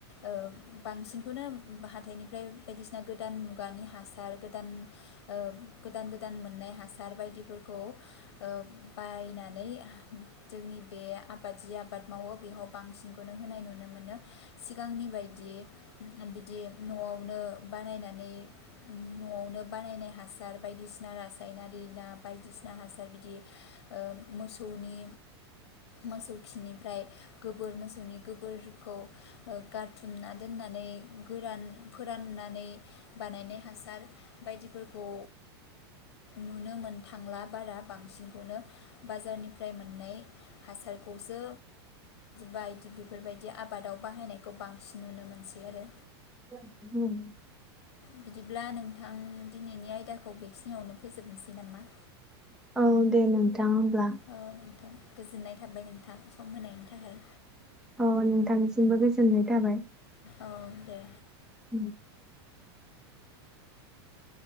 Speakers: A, on the left; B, in the centre.
A: ओ बांसिनखौनो हाथाइनिफ्राय बायदिसिना गोदान मुगानि हासार गोदान ओ गोदान गोदान मोननाय हासार बायदिफोरखौ ओ बायनानै जोंनि बे आबाद जि आबाद मावो बेयाव बांसिनखौनो होनाय नुनो मोनो सिगांनि बायदि बिदि न'आवनो बानायनानै न'आवनो बानायनाय हासार बायदिसिना रासायनारि ना बायदिसिना हासार बिदि ओ मोसौनि मोसौ खिनिफ्राय गोबोर मोसौनि गोबोरखौ गारथुमना दोननानै गोरान फोराननानै बानायनाय हासार बायदिफोरखौ नुनो मोन थांला बारा बांसिनखौनो बाजारनिफ्राय मोननाय हासारखौसो बायदि बेफोरबायदि आबादाव बाहायनायखौ बांसिन नुनो मोनसै आरो।
B: <inaudible>
A: बिदिब्ला नोंथां दिनैनि आयदाखौ बेखिनियावनो फोजोबनोसै नामा?
B: औ दे नों थाङोब्ला
A: औ नोंथां गोजोननाय थाबाय नोंथां सम होनायनि थाखाय।
B: अ नोंथांसिमबो गोज <unintelligible> थाबाय
A: औ दे
B: उम <inaudible>